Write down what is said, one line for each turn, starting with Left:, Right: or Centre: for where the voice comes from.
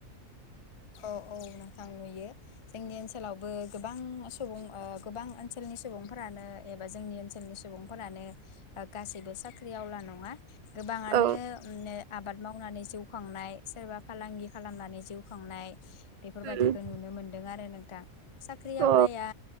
Left: औ औ औ नोंथां नुयो जोंनि ओनसोलावबो गोबां सुबुं ओ गोबां ओनसोलनि सुबुंफोरानो एबा जोंनि ओनसोलनि सुबुंफोरानो गासैबो साख्रि आवला नङा गोबाङानो
Right: औ
Left: आबाद मावनानै जिउ खांनाय सोरबा फालांगि खालामनानै जिउ खांनाय बेफोरबादिखौ
Right: उम
Left: नुनो मोनदों आरो नों थां साख्रि
Right: अ
Left: आवलाया